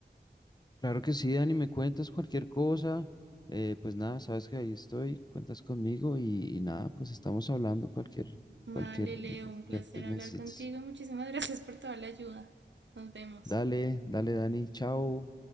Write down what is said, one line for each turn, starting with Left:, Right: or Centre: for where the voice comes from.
Left: Claro que sí, Dani, me cuentas cualquier cosa. eh, pues nada, sabes que ahí estoy, cuentas conmigo y, y nada, pues estamos hablando cualquier,
Right: Vale,
Left: cualquier
Right: Leo,
Left: necesidad
Right: un placer
Left: que
Right: hablar
Left: necesites.
Right: contigo. Muchísimas gracias por toda la ayuda. Nos vemos.
Left: Dale, dale, Dani, chao.